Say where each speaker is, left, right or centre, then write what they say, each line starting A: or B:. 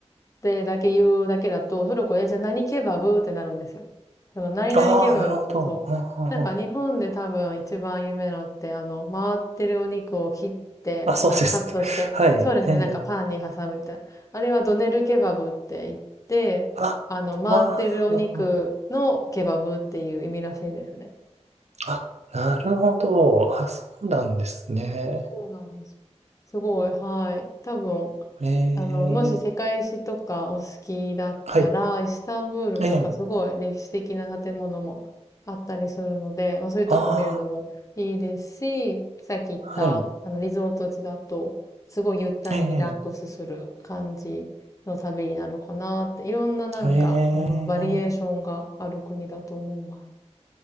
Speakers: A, on the left (about 30°); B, on the right (about 70°).
A: てだけ言うだけだと、トルコで、えじゃあ何ケバブってなるんですよ。その、何々ケバブ、
B: ああ、なるほど。
A: そう。
B: うんうんうん
A: なんか日本で多分一番有名なのって、あの、回ってるお肉を切って、
B: あ、そうですね。
A: あの、カットして、
B: <laughs> はい。
A: そうですね、
B: ええ、
A: なんかパンに挟むみたいな。あれはドネルケバブって言って、
B: あ、
A: あの、回ってるお肉のケバブっていう意味らしいんですね。
B: ああ、あ、あなるほど。あ、そうなんですね。
A: そうなんです。すごい、はい。多分、
B: ええ、
A: あの、もし世界史とかお好きだったら、
B: はい。
A: イスタンブールとかすごい歴史的な建物もあったりするので、
B: ええ、
A: まあそういうとこ見るのもいいですし、
B: あ
A: さっき言った、
B: あ、はい。
A: あの、リゾート地だと、すごいゆったりリラックスする感じの旅になるかなって、
B: ええ、
A: いろんななんか、
B: ええ、
A: あの、バリエーションがある国だと思います。